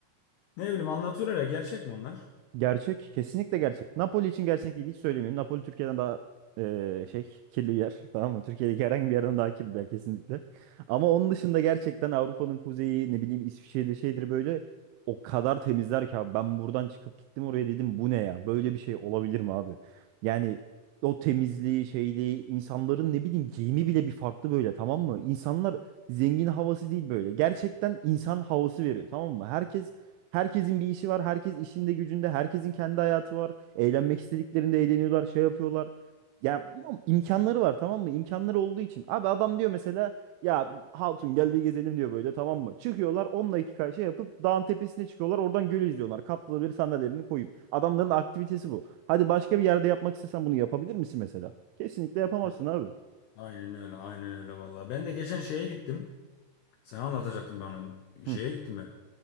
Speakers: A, on the left (about 85°); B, on the right (about 85°).
A: Ne bileyim anlatıyorlar ya. Gerçek mi onlar?
B: Gerçek. Kesinlikle gerçek. Napoli için gerçek değil. Hiç söylemeyeyim. Napoli Türkiye'den daha eee, şey kirli bir yer. Tamam mı? Türkiye'deki herhangi bir yerden daha kirli bir yer kesinlikle. Ama onun dışında gerçekten Avrupa'nın kuzeyi ne bileyim İsviçre'de şeydir böyle o kadar temizler ki abi. Ben buradan çıkıp gittim oraya dedim bu ne ya? Böyle bir şey olabilir mi abi? Yani o temizliği şeyliği insanların ne bileyim giyimi bile bir farklı böyle tamam mı? İnsanlar zengin havası değil böyle. Gerçekten insan havası veriyor tamam mı? Herkes Herkesin bir işi var. Herkes işinde gücünde. Herkesin kendi hayatı var. Eğlenmek istediklerinde eğleniyorlar. Şey yapıyorlar. Ya ama imkanları var tamam mı? İmkanları olduğu için. Abi adam diyor mesela ya Hatun gel bir gezelim diyor böyle tamam mı? Çıkıyorlar 10 iki şey yapıp dağın tepesine çıkıyorlar. Oradan gölü izliyorlar. Katlı bir sandalyelerini koyup. Adamların aktivitesi bu. Hadi başka bir yerde yapmak istesen bunu yapabilir misin mesela? Kesinlikle yapamazsın
A: Ya,
B: abi.
A: aynen öyle. Aynen öyle vallahi. Ben de geçen şeye gittim. Sana anlatacaktım ben onu. Şeye
B: Hı.
A: gittim ben.